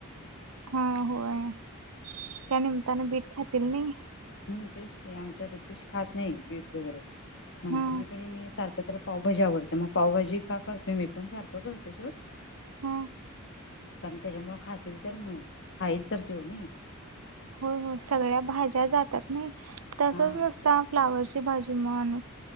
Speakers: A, on the right; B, on the left.
A: हा होय त्या निमित्तानं बीट खातील नाही.
B: हम् तेच की आमच्या रचित खात नाही बीट वगैरे. म्हणताना
A: हा
B: कणी मी सारखं तर पावभाजी आवडते मग पावभाजी का करतोय मी पण सारखं करतोय सोड
A: हम्म
B: कारण त्याच्यामुळे खातील तर मग खाईल तर तेव नायी
A: हो हो सगळ्या भाज्या जातात नाही तसच
B: हा
A: नुसता फ्लावरची भाजी म्हण